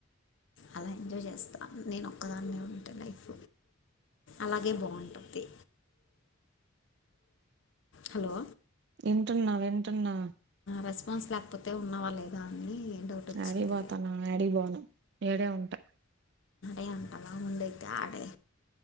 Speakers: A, on the left (about 60°); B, on the right (about 55°).
A: అలా ఏం జ చేస్తాను నేను ఒక్కదాన్నే ఉంటే లైఫ్ అలాగే బాగుంటుంది హలో
B: వింటున్నా వింటున్నా
A: రెస్పాన్స్ లేకపోతే ఉన్నావా లేదా అని డౌట్ వచ్చింది
B: యాడికిపోతాను యాడిగిపోను ఈడే ఉంటా
A: ఆడే అంటలా ఉండైతే ఆడే